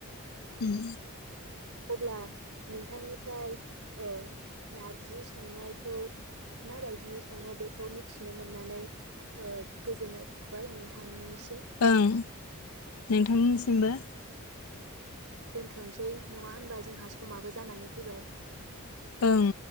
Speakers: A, on the left (about 75°); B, on the right (about 75°).
A: उम
B: अब्ला नोंथांनिफ्राय ओ नारजि संनायखौ माबायदि सङो बेखौ मिथिनो मोननानै ओ गोजोननाय थाबाय नोंथांनि
A: ओं नोंथांनिसिमबो।
B: दोनथ नोसै नङा होनबा जोंहा समाबो जानानै फैबाय।
A: ओं